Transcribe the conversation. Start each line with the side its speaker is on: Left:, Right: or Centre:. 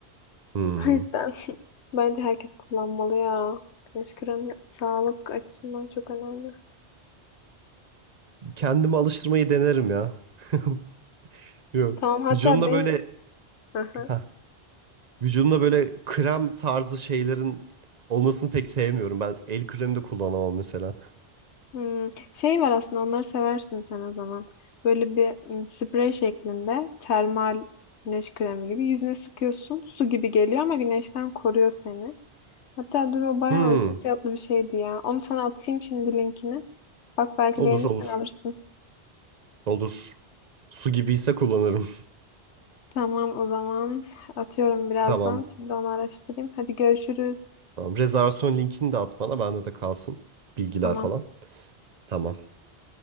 Right: Hmm.
Left: O yüzden <laughs> bence herkes kullanmalı ya. Güneş kremi sağlık açısından çok önemli.
Right: Kendimi alıştırmayı denerim ya. <laughs> Bilmiyorum.
Left: Tamam hatta
Right: Vücudumda
Left: benim
Right: böyle
Left: Aha,
Right: ha, vücudumda böyle krem tarzı şeylerin olmasını pek sevmiyorum. Ben el kremi de kullanamam mesela.
Left: Hmm, şey var aslında onları seversin sen o zaman. Böyle bir mm, sprey şeklinde termal güneş kremi gibi yüzüne sıkıyorsun. Su gibi geliyor ama güneşten koruyor seni. Hatta dur o bayağı
Right: Hmm.
Left: uygun fiyatlı bir şeydi ya. Onu sana atayım şimdi linkini. Bak belki
Right: Olur
Left: beğenirsen
Right: olur.
Left: alırsın.
Right: Olur. Su gibiyse kullanırım.
Left: Tamam o zaman atıyorum birazdan.
Right: <laughs> Tamam.
Left: Şimdi onu araştırayım. Hadi görüşürüz.
Right: Tamam. Rezervasyon linkini de at bana. Bende de kalsın. Bilgiler
Left: Tamam
Right: falan. Tamam.